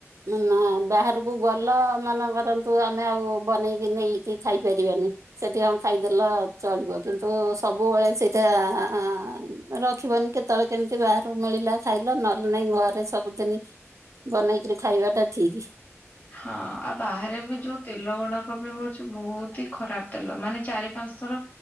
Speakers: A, on the right; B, on the left.
A: ନା ବାହାରକୁ ଗଲ ମାନେ କରନ୍ତୁ ଆମେ ଆଉ। ବନେଇକି ନେଇକି ଖାଇ ପାରିବାନି। ସେଠି କଣ ଖାଇଦେଲ ଚଳିବ କିନ୍ତୁ ସବୁବେଳେ ସେଇଟା ଆ ରଖିବନି କେତେବେଳେ କେମିତି ବାହାରୁ ମିଳିଲା ଖାଇଲ ନହେଲେ ନାଇଁ ଘରେ ସବୁଦିନି ବନେଇକିରି ଖାଇବାଟା ଠିକି।
B: ହଁ ଆଉ ବାହାରେ ବି ଯୋଉ ତେଲ ଗୁଡାକ ବି ହୋଉଚି ବୋହୁତ ହି ଖରାପ ତେଲ ମାନେ ଚାରି ପାଞ୍ଚ ଥର